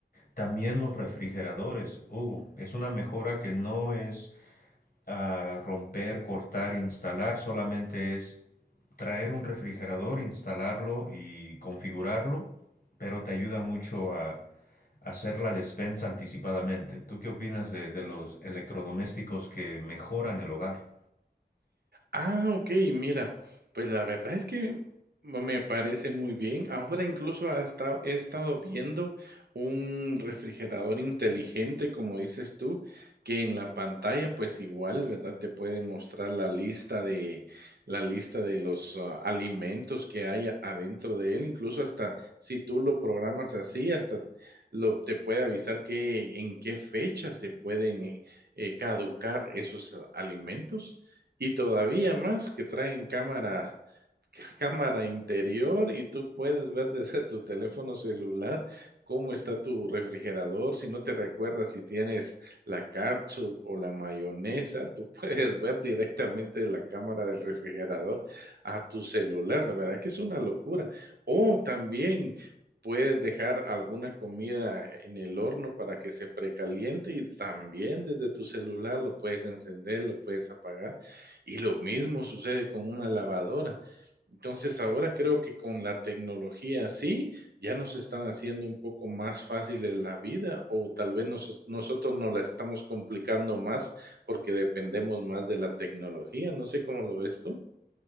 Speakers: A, on the left; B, on the right.
A: También los refrigeradores, Hugo, es una mejora que no es ah, romper, cortar, instalar, solamente es traer un refrigerador, instalarlo y configurarlo, pero te ayuda mucho a hacer la despensa anticipadamente. ¿Tú qué opinas de, de los electrodomésticos que mejoran el hogar?
B: Ah, okey, mira, pues la verdad es que me parece muy bien. Ahora incluso hasta he estado viendo un refrigerador inteligente, como dices tú, que en la pantalla, pues igual, ¿verdad? Te puede mostrar la lista de la lista de los, ah, alimentos que hay a- adentro de él. Incluso hasta si tú lo programas así, hasta lo te puede avisar que en qué fecha se pueden, eh, eh, caducar esos ah, alimentos y todavía más que traen cámara <laughs> cámara interior y tú puedes ver desde tu teléfono celular cómo está tu refrigerador. Si no te recuerdas si tienes la catsup o la mayonesa, <laughs> tú puedes ver directamente de la cámara del refrigerador a tu celular. La verdad que es una locura. O también puedes dejar alguna comida en el horno para que se precaliente y también desde tu celular lo puedes encender, lo puedes apagar. Y lo mismo sucede con una lavadora. Entonces ahora creo que con la tecnología sí, ya nos están haciendo un poco más fáciles la vida o tal vez nos- nosotros nos la estamos complicando más porque dependemos más de la tecnología. No sé cómo lo ves tú.